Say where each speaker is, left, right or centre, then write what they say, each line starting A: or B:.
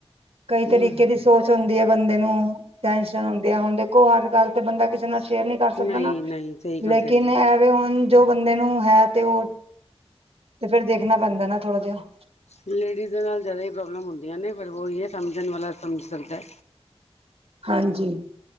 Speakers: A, on the right; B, on the left.
A: ਕਈ
B: ਹਮ
A: ਤਰੀਕੇ ਦੀ ਸੋਚ ਹੁੰਦੀ ਹੈ ਬੰਦੇ ਨੂੰ ਟੈਨਸ਼ਨ ਹੁਣ ਦੇਖੋ ਹਰ ਗੱਲ ਤੇ ਬੰਦਾ ਕਿਸੇ ਨਾਲ ਸ਼ੇਅਰ ਨੀ ਕਰ ਸਕਦਾ
B: ਨਹੀਂ
A: ਨਾ
B: ਨਹੀਂ ਸਹੀ ਗੱਲ
A: ਲੇਕਿਨ
B: ਕਹਿੰਦੇ ਪਏ
A: ਐਵੇਂ ਹੁਣ ਜੋ ਬੰਦੇ ਨੂੰ ਹੈ ਤੇ ਉਹ ਫਿਰ ਦੇਖਣਾ ਪੈਂਦਾ ਨਾ ਥੋੜਾ ਜਿਹਾ
B: ਲੇਡੀਜ਼ ਦੇ ਨਾਲ ਜ਼ਿਆਦਾ ਹੀ ਪ੍ਰੋਬਲਮ ਹੁੰਦੀਆਂ ਨੇ ਪਰ ਉਹ ਇਹ ਸਮਝਣ ਵਾਲਾ ਸਮਝ ਸਕਦਾ
A: ਹਾਂਜੀ